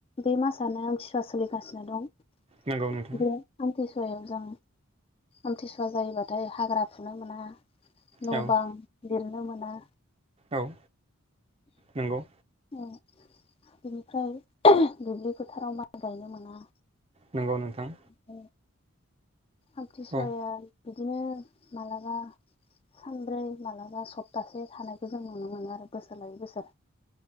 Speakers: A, on the left (about 25°); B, on the right (about 25°).
A: बे मासआनो आमथिसुवा सोलिगासिनो दं <unintelligible>
B: नंगौ नोंथां
A: बे आमथिसुवायाव जों आमथिसुवा जायोबाथाय हाग्रा फुनो मोना न'
B: औ
A: बां लिरनो मोना
B: औ नोंगौ
A: उम बिनिफ्राय दुब्लि फोथाराव माइ गायनो मोना।
B: नंगौ नोंथां।
A: उम। आमथिसुवाया
B: औ
A: बिदिनो माब्लाबा। सानब्रै मालाबा सप्तासे थानायखौ जों नुनो मोनो आरो बोसोर लायै बोसोरा।